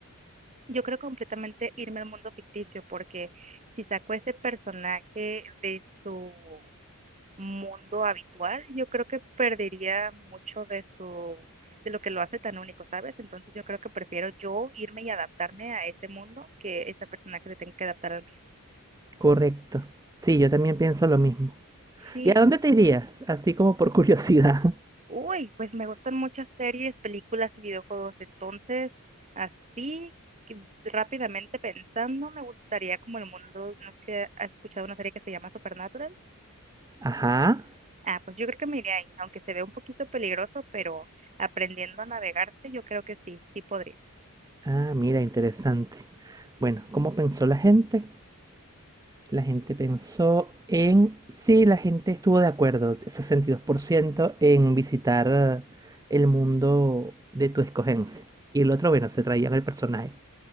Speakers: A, on the right; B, on the right.
A: yo creo completamente irme al mundo ficticio, porque si saco ese personaje de su mundo habitual, yo creo que perdería mucho de su, de lo que lo hace tan único, ¿sabes? Entonces yo creo que prefiero yo irme y adaptarme a ese mundo que ese personaje se tenga que adaptar al mío.
B: Correcto. Sí, yo también pienso lo mismo.
A: Sí,
B: ¿Y a dónde
A: sí. sí.
B: te irías? Así como por curiosidad.
A: Uy, pues me gustan muchas series, películas y videojuegos. Entonces, así que rápidamente pensando, me gustaría como el mundo, no sé, ¿has escuchado una serie que se llama Supernatural?
B: <laughs> Ajá.
A: Ah, pues yo creo que me iría ahí, aunque se ve un poquito peligroso, pero aprendiendo a navegarse, yo creo que sí, sí podría.
B: Ah, mira, interesante. Bueno, ¿cómo pensó la gente? La gente pensó en... Sí, la gente estuvo de acuerdo, 62%, en visitar eh, el mundo de tu escogencia. Y el otro, bueno, se traían el personaje.